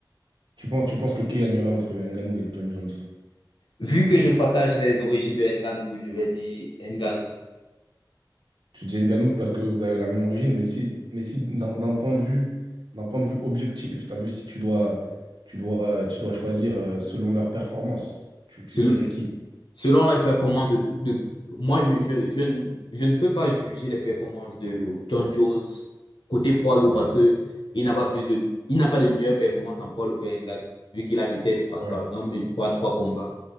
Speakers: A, on the right (about 75°); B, on the left (about 75°).
A: Tu penses, tu penses que qui gagnerait entre Ngannou et John Jones?
B: Vu que je partage les origines de Ngannou, je vais dire Ngannou.
A: Tu dis Ngannou parce que vous avez la même origine, mais si, mais si d'un d'un point de vue, d'un point de vue objectif, tu as vu si tu dois, tu dois, euh, tu dois choisir euh, selon leur performance, tu,
B: Sel-
A: tu dirais qui?
B: Selon les performances de tout, de, moi, je, je, je, ne je ne peux pas juger les performances de John Jones côté poids lourd parce que il n'a pas plus de, il n'a pas de meilleure performance en poids lourd que Ngannou, vu qu'il a peut-être, par
A: Ouais.
B: par exemple, je crois, trois combats,